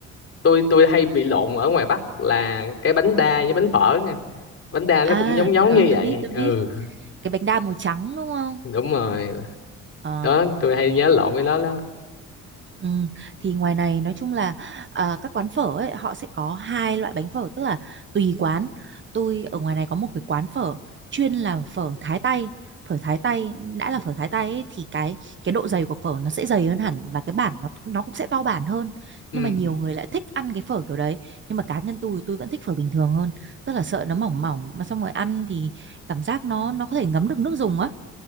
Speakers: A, on the left; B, on the right.
A: tôi tôi hay bị lộn ở ngoài Bắc là cái bánh đa với bánh phở nha bánh đa nó
B: à
A: cũng giống giống
B: rồi
A: như vậy
B: tôi biết tôi
A: ừ
B: biết cái bánh đa màu trắng đúng không
A: đúng rồi
B: ờ
A: đó tôi hay nhớ lộn cái đó đó
B: Ừ, thì ngoài này nói chung là à, các quán phở ấy họ sẽ có hai loại bánh phở tức là tùy quán tôi ở ngoài này có một cái quán phở chuyên làm phở Thái tây phở Thái tây đã là phở Thái tây ấy, thì cái cái độ dày của phở nó sẽ dày hơn hẳn và cái bản nó nó cũng sẽ to bản hơn
A: ừ
B: nhưng mà nhiều người lại thích ăn cái phở kiểu đấy nhưng mà cá nhân tôi tôi vẫn thích phở bình thường hơn tức là sợ nó mỏng mỏng mà xong rồi ăn thì cảm giác nó nó có thể ngấm được nước dùng á